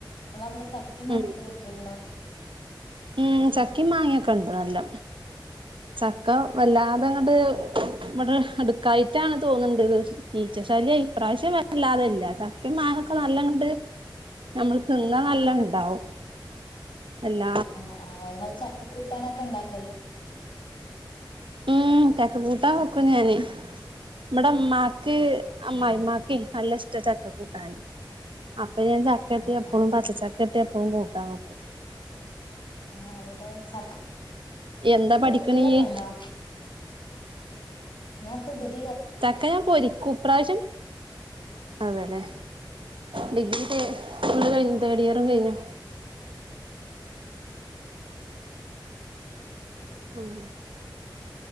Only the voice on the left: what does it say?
നിങ്ങളവിടെ ചക്കി മാങ്ങെ
കിട്ടിലണ്ടോ
ആ.
ആ ആ ഇങ്ങള് ചക്കക്കൂട്ടാനൊക്കെ ഇണ്ടാക്കല്
അതെ
ആഹ്
ആഹ് ആഹ്
ആ ഇവിടെ ചക്
പൊരിക്കലൊക്കെണ്ടോ ഞാ ഇപ്പ ഡിഗ്